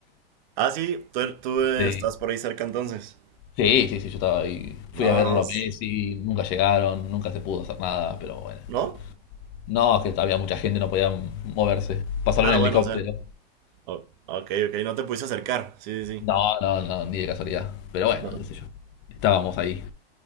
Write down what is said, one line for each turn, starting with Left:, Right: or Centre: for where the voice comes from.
Right: Ah, sí, tú, tú, eh,
Left: Sí.
Right: estás por ahí cerca entonces.
Left: Sí, sí, sí, yo estaba ahí.
Right: No,
Left: Fui a verlo a
Right: s-
Left: Messi, nunca llegaron, nunca se pudo hacer nada, pero bueno.
Right: ¿no?
Left: No, es que había mucha gente, no podía moverse. Pasaron
Right: Ah,
Left: en
Right: bueno,
Left: helicóptero.
Right: o sea. o- ok, ok, no te pudiste acercar. Sí, sí,
Left: No,
Right: sí.
Left: no, no, ni de casualidad. Pero bueno,
Right: No.
Left: qué sé yo. Estábamos ahí.